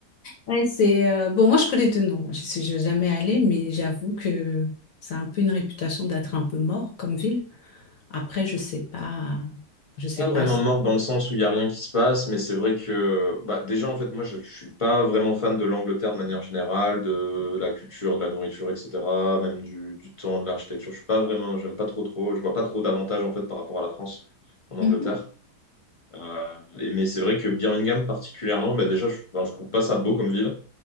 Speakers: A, on the left; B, on the left.
A: ouais, c'est euh, bon. Moi, je connais deux noms. Je suis je suis jamais allée, mais j'avoue que ça a un peu une réputation d'être un peu mort comme ville. Après, je sais pas, je sais
B: Pas
A: pas
B: vraiment
A: si-
B: mort dans le sens où il n'y a rien qui se passe, mais c'est vrai que bah, déjà, en fait, moi, je ne suis pas vraiment fan de l'Angleterre de manière générale, de la culture, de la nourriture, etc., même du, du temps, de l'architecture. Je suis pas vraiment, j'aime pas trop trop, je vois pas trop d'avantages, en fait, par rapport à la France en Angleterre.
A: Mhm,
B: Euh, et, mais c'est vrai que Birmingham, particulièrement, bah, déjà, je, enfin, je trouve pas ça beau comme ville.